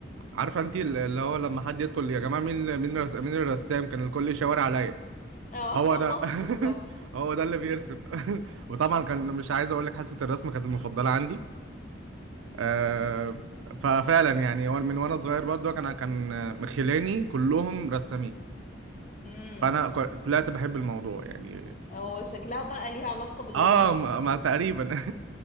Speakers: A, on the right (about 80°); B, on the left (about 40°).
A: عارفة أنتي اللي هو لما حد يدخل يا جماعة مين مين الرس- مين الرسام كان الكل يشاور عليا
B: اه
A: هو ده
B: <laughs> بالظبط
A: <laughs> هو ده اللي بيرسم <laughs> وطبعا كان مش عايز اقول لك حصه الرسم كانت المفضله عندي آه، ففعلا يعني هو من وانا صغير برضه كان كان مخلاني كلهم رسامين
B: امم
A: فانا ك- طلعت بحب الموضوع يعني
B: هو شكلها بقى ليها علاقة بالوراثة
A: اه ما
B: ولا
A: ما
B: ايه
A: تقريبا